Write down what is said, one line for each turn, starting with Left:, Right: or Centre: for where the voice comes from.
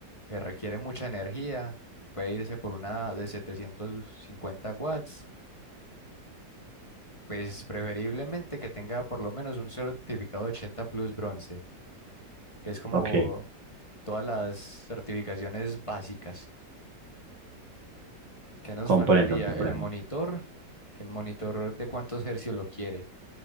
Left: que requiere mucha energía, puede irse por una de 750 watts, pues preferiblemente que tenga por lo menos un certificado 80 Plus bronce que es como
Right: Ok,
Left: todas las certificaciones básicas. ¿Qué nos
Right: comprendo,
Left: faltaría?
Right: comprendo.
Left: El monitor, el monitor de cuántos hercios lo quiere.